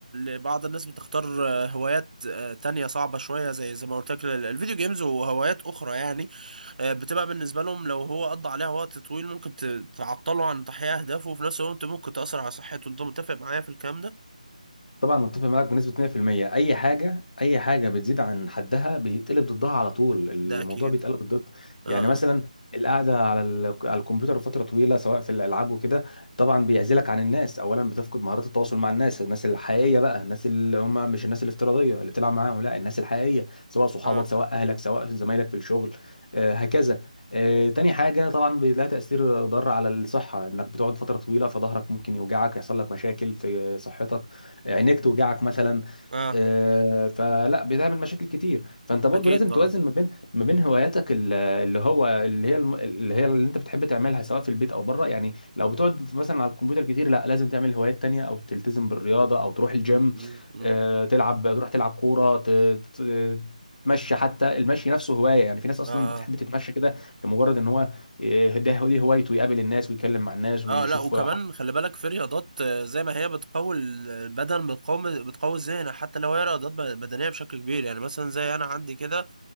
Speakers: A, on the right; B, on the left.
A: لبعض الناس بتختار آه، هوايات آه، تانية صعبة شوية زي زي ما قلت لك ال- الفيديو جيمز وهوايات اخرى يعني آه، بتبقى بالنسبة لهم لو هو قضى عليها وقت طويل ممكن ت- تعطله عن تحقيق اهدافه وفي نفس الوقت ممكن تأثر على صحته انت متفق معايا في الكلام ده
B: طبعا متفق معاك بنسبة 100% أي حاجة أي حاجة بتزيد عن حدها بيتقلب ضدها على طول الموضوع
A: ده اكيد
B: بيتقلب ضد
A: اه
B: يعني مثلا القعدة على ال- على الكمبيوتر لفترة طويلة سواء في الألعاب وكده طبعا بيعزلك عن الناس أولا بتفقد مهارات التواصل مع الناس الناس الحقيقية بقى الناس اللي هم مش الناس الافتراضية اللي بتلعب معاهم لا الناس الحقيقية سواء صحابك
A: اه
B: سواء أهلك سواء زمايلك في الشغل آه، هكذا آه، تاني حاجة طبعا بيلاقي تأثير ضار على الصحة إنك بتقعد فترة طويلة فظهرك ممكن يوجعك يحصل لك مشاكل في صحتك عينيك توجعك مثلا
A: اه اه
B: آه، فلا بتعمل مشاكل كتير فانت برضو
A: اكيد
B: لازم
A: طبعا
B: توازن ما بين ما بين هواياتك ال- اللي هو اللي هي الم- اللي هي اللي انت بتحب تعملها سواء في البيت او بره يعني لو بتقعد في- مثلا على الكمبيوتر كتير لا لازم تعمل هوايات تانية او تلتزم بالرياضة او تروح الجيم
A: م- م- م-
B: آه، تلعب تروح تلعب كورة ت- ت- تتمشى حتى المشي نفسه هواية يعني في ناس اصلا
A: اه آه.
B: بتحب تتمشى كده لمجرد ان هو آه، ده دي هوايته يقابل الناس ويتكلم مع الناس ويشوف
A: اه لا وكمان خلي بالك في رياضات آه، زي ما هي بتقوي البدن بتقوي بتقوي الذهن حتى لو هي رياضات بدنيه بشكل كبير يعني مثلا زي انا عندي كده